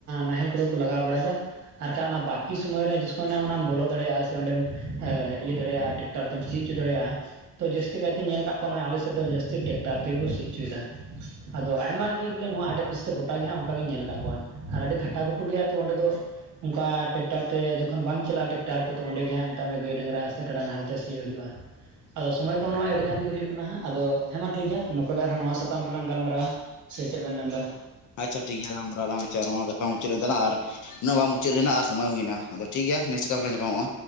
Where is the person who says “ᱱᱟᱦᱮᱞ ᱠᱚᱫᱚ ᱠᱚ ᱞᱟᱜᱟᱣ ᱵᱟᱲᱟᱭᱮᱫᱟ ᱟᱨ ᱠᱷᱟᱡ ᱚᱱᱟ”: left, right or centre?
Right